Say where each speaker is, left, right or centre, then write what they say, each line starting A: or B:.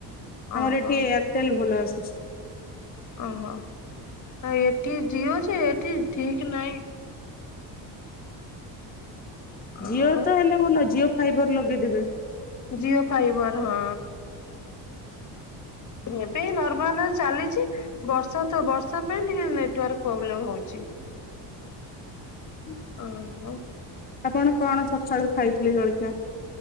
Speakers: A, on the left; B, on the left.
A: ଓହୋ
B: ଆମର ଏଠି ଏୟା ଟେଲ ଭଲ ଆସୁଛି।
A: ଓହୋ ଆଉ ଏଠି ଯିଓ ଜେ ଏଠି ଠିକ ନହିଁ।
B: ଜିଓ
A: ଆଉ
B: ତ ହେଲେ ଭଲ ଜିଓ ଫାଇବର ଲଗେଇଦେବେ।
A: ଜିଓ ଫାଇବର ହଁ। ଏବେ ନର୍ମାଲ ଚାଲିଚି ବର୍ଷା ତ ବର୍ଷା ପାଇଁ ଟିକେ ନେଟୱାର୍କ ପ୍ରୋବ୍ଲେମ ହଉଚି।
B: ହୁଁ।
A: ଅଁ ହଁ।
B: ଆପଣ କଣ ସକାଳୁ ଖାଇଥିଲେ ଜଳଖିଆ।